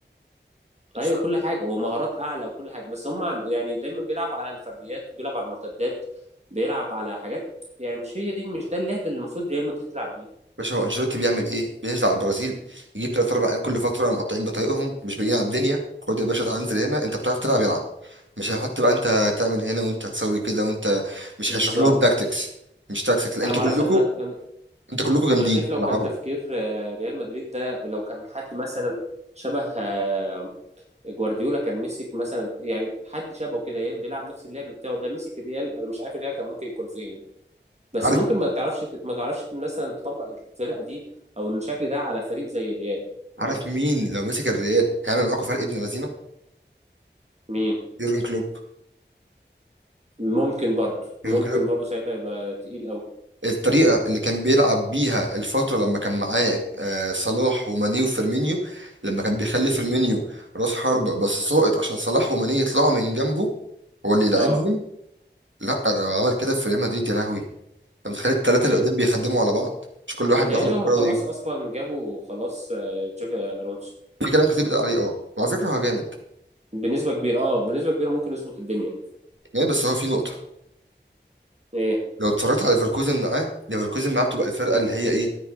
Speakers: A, on the right (about 35°); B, on the right (about 85°).
A: ايوه
B: ف-
A: كل حاجه ومهارات اعلى وكل حاجه بس هم عن- يعني دايما بيلعب على الفرديات بيلعب على المرتدات بيلعب على حاجات يعني مش هي دي مش ده اللعب اللي المفروض ريال مدريد تلعب بيه
B: باشا هو انشيلوتي بيعمل ايه؟ بينزل على البرازيل يجيب تلات اربع عيال كل فترة مقطعين بطايقهم مش باقيين على الدنيا خد يا باشا تعال انزل هنا انت بتعرف تلعب يلعب مش هيحط بقى انت تعمل هنا وانت هتسوي كده وانت مش
A: بالظبط
B: هيشرح لهم تاكتكس مش تاكتكس لا انتوا
A: انا ما اعرفش
B: كلكم
A: انا انا
B: انتوا كلكم جامدين
A: أنا شايف لو
B: العبوا
A: كان تفكير آه، ريال مدريد ده لو كان حد مثلا شبه آه، جوارديولا كان مسك مثلا يعني حد شبهه كده ي- بيلعب نفس اللعب بتاعه ده مسك الريال انا مش عارف الريال كان ممكن يكون فين بس
B: عارف
A: ممكن ما تعرفش ما تعرفش مثلا تطبق الفرقه دي او الشكل ده على فريق زي الريال ما
B: عارف
A: اعرفش
B: مين لو مسك الريال هيعمل معاكم فرق ابن لذينه
A: مين
B: يورجن كلوب
A: ممكن برضو
B: يورجن
A: ممكن
B: كلوب
A: برضو ساعتها يبقى تقيل قوي
B: الطريقه اللي كان بيلعب بيها الفتره لما كان معاه آه، صلاح وماني وفيرمينيو لما كان بيخلي فيرمينيو راس حربه بس ساقط عشان صلاح وماني يطلعوا من جنبه هو اللي يلعبهم
A: اه
B: لا لو عمل كده في ريال مدريد يا لهوي انت متخيل الثلاثه
A: ايوه
B: اللي قدام بيخدموا على بعض مش كل واحد
A: متهيألي
B: بياخد الكوره
A: هم خلاص
B: ويجي
A: اصلا جابوا خلاص آه، جافي الونسو
B: في كلام كتير بيتقال عليه اه وعلى فكره هو جامد
A: بنسبه كبيره اه بنسبه كبيره ممكن يظبط الدنيا
B: جامد بس هو في نقطه
A: ايه
B: لو اتفرجت على ليفركوزن معاه ليفركوزن معاه بتبقى الفرقه اللي هي ايه